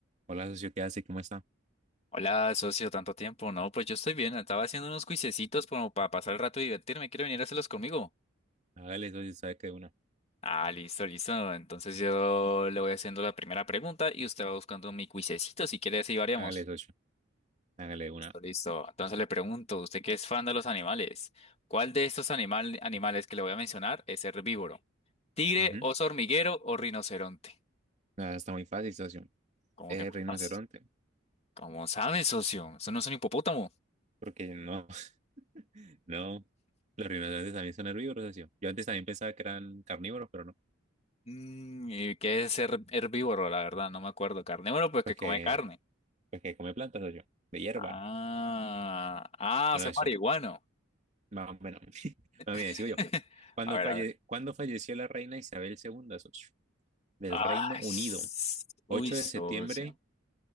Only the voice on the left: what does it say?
Hola, socio, tanto tiempo. No, pues yo estoy bien. Estaba haciendo unos cuisecitos como para pasar el rato y divertirme. ¿Quiere venir a hacerlos conmigo?
Ah, listo, listo. Entonces yo le voy haciendo la primera pregunta y usted va buscando mi cuisecito. Si quiere, así variamos.
Listo, listo. Entonces le pregunto, usted que es fan de los animales, ¿cuál de estos animal- animales que le voy a mencionar es herbívoro? ¿Tigre,
oso hormiguero o rinoceronte?
¿Cómo
que más
fácil. Como sabe, socio? Eso no es un hipopótamo.
Mm, ¿y qué es ser herbívoro? La verdad, no me acuerdo. Carnívoro, pues que
come
carne.
Ah, ah,
o sea, es
marihuano.
<laughs>
A ver,
a ver.
Ay,
s- uy,
socio.